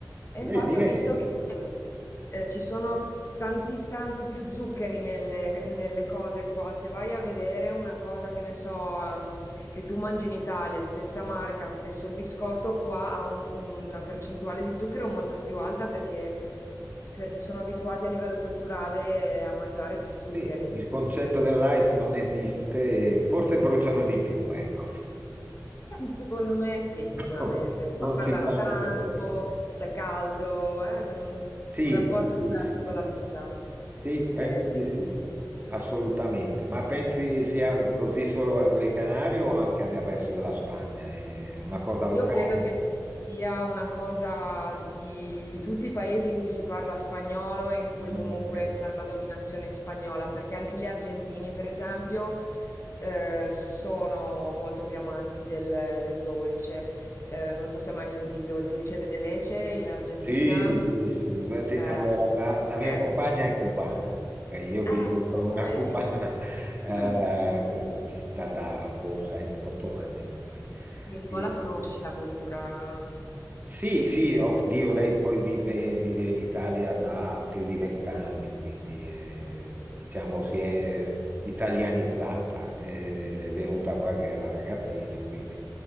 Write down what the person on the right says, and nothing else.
Vedi,
eh,
sì,
Sì, il concetto del light
non esiste, forse bruciano di più, ecco.
<laughs> Non
si fanno
problemi.
Sì,
sì, sì,
sì,
penso
di sì, assolutamente. Ma pensi sia così solo alle Canarie o anche nel resto della Spagna? È una cosa locale?
Ah,
ok.
Sì, sì, sì. Beh, te-
Allora, la, la mia
compagna
è cubana, ok? Io
vivo con una
<laughs> cubana
eh, da, da boh, 7-8 anni ormai.
E,
Sì, sì, oddio, lei poi vive, vive in Italia da più di vent'anni, quindi eh, diciamo si è eh, italianizzata, eh, è venuta qua che era ragazzina, quindi